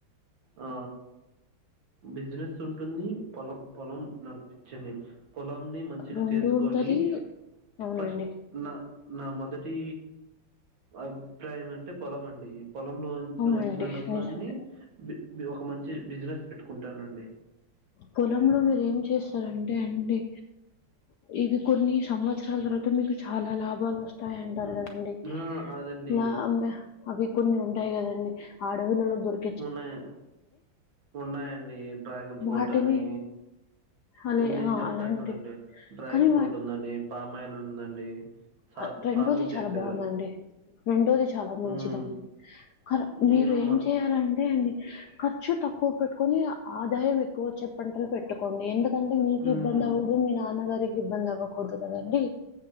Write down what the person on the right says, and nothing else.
ఆ బిజినెస్ ఉంటుంది పొలం పొలం నాకు పిచ్చండి పొలం ని మంచిగా
చేసుకొని
ఫస్ట్ నా నా మొదటి అభిప్రాయం అంటే పొలం అండి పొలంలో నుంచి
వచ్చిన డబ్బులన్నీ
ఒక మంచి బిజినెస్ పెట్టుకుంటానండి
హ్మ్.
ఆ! అదండి
ఉన్నాయ ఉన్నాయండి డ్రాగన్ ఫ్రూట్
అని
నేను
చెప్తా
చూడండి డ్రాగన్
ఫ్రూట్ ఉందండి పామాయిల్ ఉందండి సా
సాగు
చేసే
హ్మ్.
నేను
మా
హ్మ్.